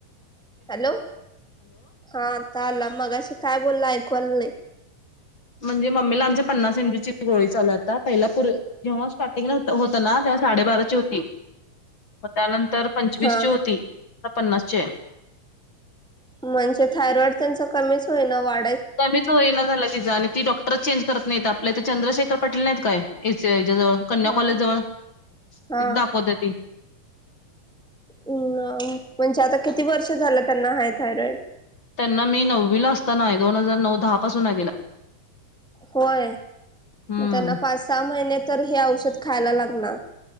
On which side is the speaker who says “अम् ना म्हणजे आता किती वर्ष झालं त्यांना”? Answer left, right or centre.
Centre